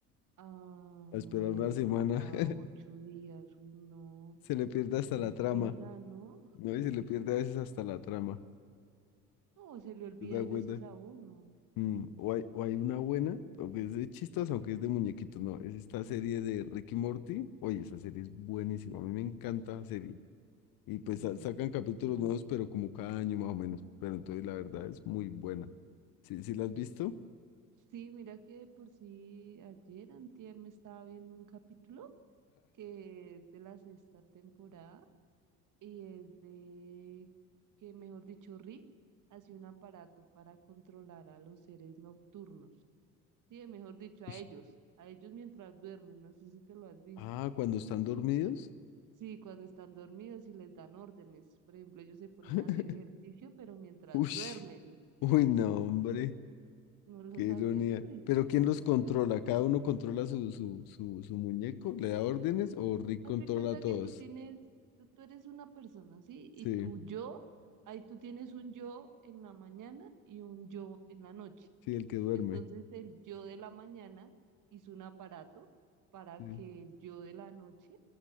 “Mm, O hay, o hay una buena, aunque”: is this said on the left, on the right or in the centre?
Left